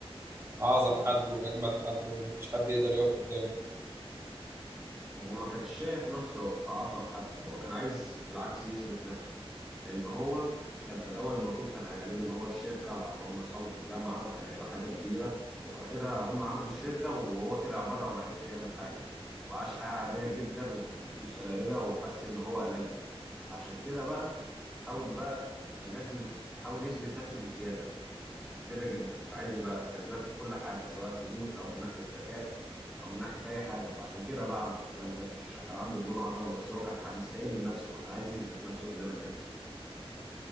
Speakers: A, on the right; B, in the centre.
A: اعظم حد واجمد حد ومفيش حد يقدر يقف قدامه
B: هو ما كانش شايف نفسه أعظم حد هو كان عايز بالعكس يثبت نفسه لأن هو كان في الأول المفروض كان هيعملوا اللي هو الشركة مع اللي هم أصحابه في الجامعة وكان هيبقى حاجة كبيرة وفي آخرها هم عملوا الشركة وهو طلع بره وما عرفش يعمل حاجة وعاش حياة عادية جدا وبفلوس قليلة وحس إن هو قليل عشان كده بقى حاول بقى كان لازم حاول يثبت نفسه بالزيادة بزياده جدا كان عايز يبقى كسبان في كل حاجه سواء فلوس او من ناحيه ذكاء او من ناحيه اي حاجه فعشان كده بقى عمل الكلام ده مش عشان كان عنده جنون عظمه بس هو كان مستقل لنفسه فكان عايز يثبت نفسه قدام الناس